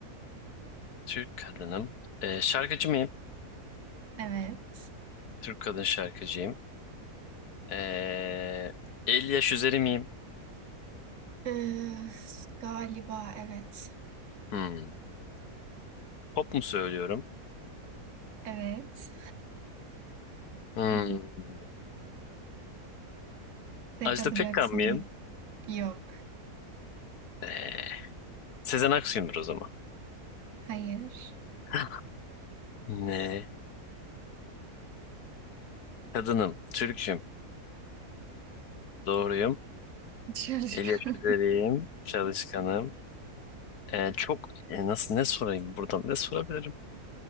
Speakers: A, on the left; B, on the right.
A: Türk kadınım. Ee, şarkıcı mıyım?
B: Evet.
A: Türk kadın şarkıcıyım. Ee, 50 yaş üzeri miyim?
B: Ee, galiba evet.
A: Hmm. Pop mu söylüyorum?
B: Evet.
A: Hmm.
B: Hmm. Tek
A: Ajda
B: atacaksın.
A: Pekkan mıyım?
B: Yok.
A: Ee, Sezen Aksu'yumdur o zaman.
B: Hayır.
A: <laughs> Ne? Kadınım, Türk'üm, doğruyum,
B: Dışarı çık.
A: el yaş
B: <laughs>
A: üzeriyim, çalışkanım. Ee, çok e, nasıl ne sorayım buradan ne sorabilirim?